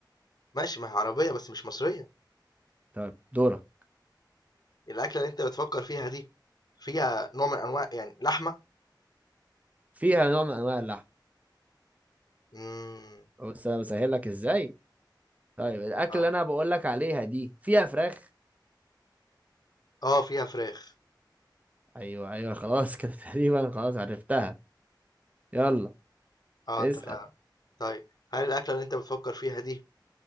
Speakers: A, on the left; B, on the right.
A: ماشي ما هي عربية بس مش مصرية.
B: طيب دورك
A: الأكلة اللي أنت بتفكر فيها دي فيها نوع من أنواع يعني لحمة؟
B: فيها نوع من أنواع اللحم
A: امم
B: بس أنا بسهل لك إزاي؟ طيب الأكلة
A: آه.
B: اللي أنا بقول لك عليها دي فيها فراخ؟
A: آه فيها فراخ.
B: أيوه أيوه خلاص كده <laughs> تقريبا خلاص عرفتها يلا
A: آه
B: اسأل
A: أنت فعلًا. طيب هل الأكلة اللي أنت بتفكر فيها دي